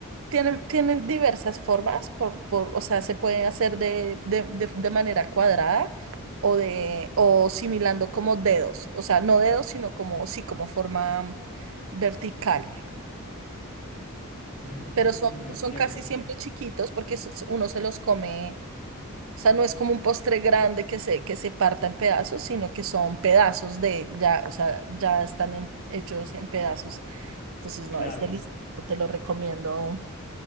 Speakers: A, on the right; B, on the left.
A: tiene, tiene diversas formas, por, por, o sea, se puede hacer de, de, de, de manera cuadrada o, de, o similando como dedos, o sea, no dedos, sino como, sí, como forma vertical.
B: Mmm,
A: Pero son,
B: entiendo.
A: son casi siempre chiquitos porque s- uno se los come O sea, no es como un postre grande que se, que se parta en pedazos, sino que son pedazos de, ya, o sea, ya están en- hechos en pedazos. Entonces,
B: Claro.
A: no, es delicioso, te lo recomiendo